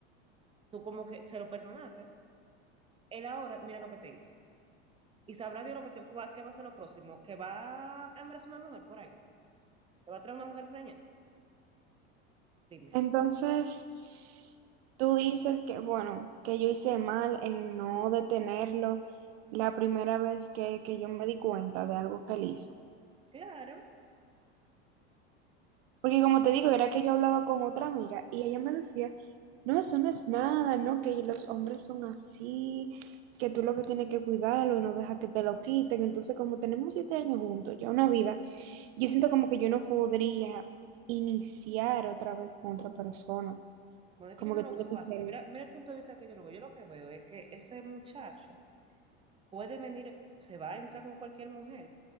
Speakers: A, on the right; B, on the right.
A: tú como que se lo perdonaste. Él ahora, mira lo que te hizo. Y sabrá Dios lo que te, qué va qué va a ser lo próximo. Que va a embarazar una mujer por ahí. Que va a traer una mujer preñada. Dime.
B: Entonces, tú dices que, bueno, que yo hice mal en no detenerlo la primera vez que, que yo me di cuenta de algo que él hizo.
A: Claro.
B: Porque como te digo, era que yo hablaba con otra amiga y ella me decía, no, eso no es nada, no, que los hombres son así, que tú lo que tienes que cuidarlo y no deja que te lo quiten. Entonces, como tenemos siete años juntos, ya una vida, yo siento como que yo no podría iniciar otra vez con otra persona,
A: Bueno, es
B: como
A: que yo no
B: que
A: lo
B: tiene
A: veo
B: que
A: así.
B: ser.
A: Mira, mira el punto de vista que yo lo veo. Yo lo que veo es que ese muchacho puede venir, se va a entrar con cualquier mujer,